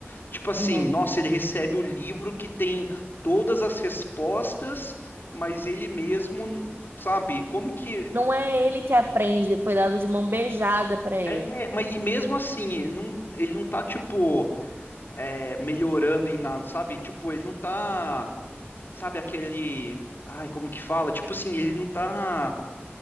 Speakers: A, on the left; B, on the right.
A: Tipo assim,
B: Uhum.
A: nossa, ele recebe o livro que tem todas as respostas, mas ele mesmo, sabe, como que.
B: Não é ele que aprende, foi dado de mão beijada para ele.
A: É, mas e mesmo assim, ele não, ele não tá, tipo, é, melhorando em nada, sabe? Tipo, ele não tá, sabe, aquele. Ai, como que fala? Tipo assim, ele não tá.